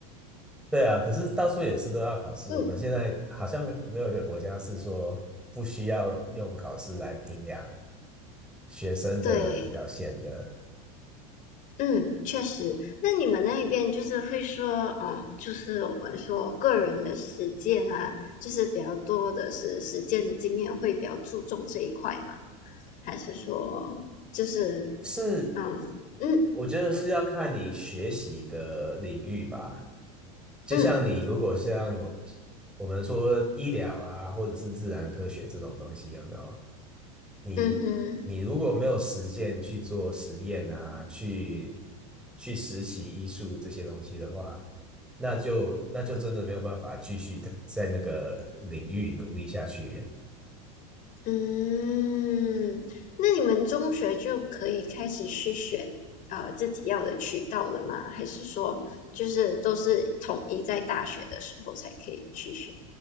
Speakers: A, in the centre; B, on the left.
A: 对啊，可是到处也是都要考试。
B: <laughs> 嗯，
A: 我们现在好像没没有一个国家是说不需要用考试来评量学生的表现的。
B: 对，嗯，确实。那你们那一边就是会说，嗯，就是我们说个人的实践啊，就是比较多的是实践的经验，会比较注重这一块嘛？还是说，就是
A: 是，
B: 嗯嗯
A: 我觉得是要看你学习的领域吧。就像你如果像我
B: 嗯
A: 我们说医疗啊，或者是自然科学这种东西，有没有？你你如果没有实践去做实验啊，
B: 嗯哼
A: 去去实习医术这些东西的话，那就那就真的没有办法继续在那个领域努力下去。
B: 嗯，那你们中学就可以开始去选呃自己要的渠道了吗？还是说就是都是统一在大学的时候才可以去选？